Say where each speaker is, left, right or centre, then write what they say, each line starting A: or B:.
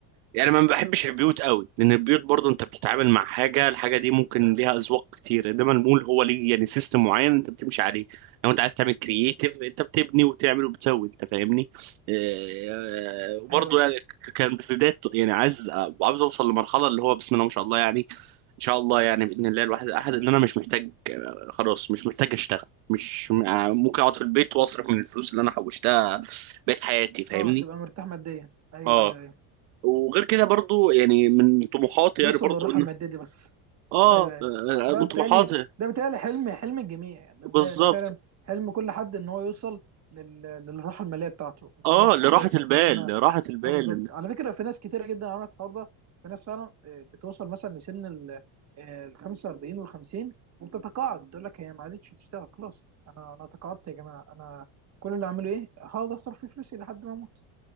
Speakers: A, on the right; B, on the right.
A: يعني ما بحبش البيوت قوي لان البيوت برضو انت بتتعامل مع حاجه الحاجه دي ممكن ليها اذواق كتير انما المول هو ليه يعني سيستم معين انت بتمشي عليه لو انت عايز تعمل كرييتيف انت بتبني وتعمل وبتسوي انت فاهمني آه، وبرضو
B: ايوه ايوه
A: يعني ك- كان في بدايه يعني عايز عاوز اوصل لمرحله اللي هو بسم الله ما شاء الله يعني ان شاء الله يعني باذن الله الواحد الاحد ان انا مش محتاج آه، خلاص مش محتاج اشتغل مش آه، ممكن اقعد في البيت واصرف من الفلوس اللي انا حوشتها بقيت حياتي فاهمني
B: اه تبقى مرتاح ماديا ايوه
A: اه
B: ايوه ايوه
A: وغير كده برضو يعني من طموحاتي
B: نوصل
A: يعني برضو
B: للراحه
A: ان
B: الماديه دي بس
A: اه
B: ايوه ايوه ده
A: آه، من
B: بالتالي
A: طموحاتي
B: ده بالتالي حلم حلم الجميع يعني ده بيتهيألي
A: بالظبط
B: فعلا حلم كل حد ان هو يوصل لل... للراحه الماليه بتاعته ان
A: اه
B: هو
A: لراحة
B: خلاص
A: البال
B: ان هو انا
A: لراحة البال
B: اه بالظبط على فكره في ناس كتيره جدا عملت الحوار ده في ناس فعلا آه، بتوصل مثلا لسن ال آه، ال 45 وال 50 وبتتقاعد بتقول لك هي ما عادتش بتشتغل خلاص انا انا تقاعدت يا جماعه انا كل اللي اعمله ايه هقعد اصرف فيه فلوسي لحد ما اموت